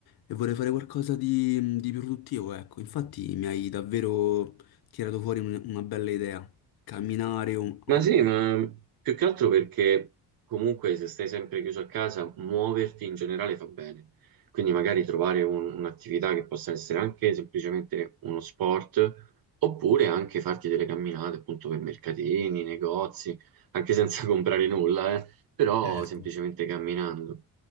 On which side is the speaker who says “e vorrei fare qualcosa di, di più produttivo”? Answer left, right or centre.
Left